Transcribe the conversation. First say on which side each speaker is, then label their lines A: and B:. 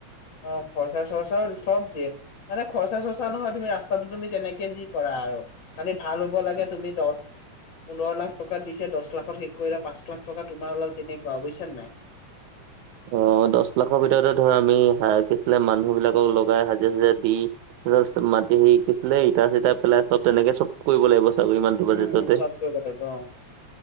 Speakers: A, on the left; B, on the right.
A: অ খৰচা চৰ্চা চব দিয়ে। মানে খৰচা চৰ্চা নহয় তুমি ৰাস্তাটো তুমি যেনেকে যি কৰা আৰু- খালি ভাল হব লাগে তুমি দ- পোন্ধৰ লাখ টকাত দিছে দহ লাখত শেষ কৰিলা পাঁচ লাখ টকা তোমাৰ ওলাল তেনেকা‌ বুইছা নাই।
B: অ, দছ লাখৰ ভিতৰতে ধৰ আমি হায়াৰ কিছলে মানুহ বিলাকক লগাই হাজিৰা- চাজিৰা দি ত' জাষ্ট মাটি হেৰিকিছলে ইটা চিটা পেলাই চব তেনেকে চব কৰিব লাগিব। চাগৈ ইমানটো বাজেটতে।
A: উম, চব কৰিব লাগিব অহ।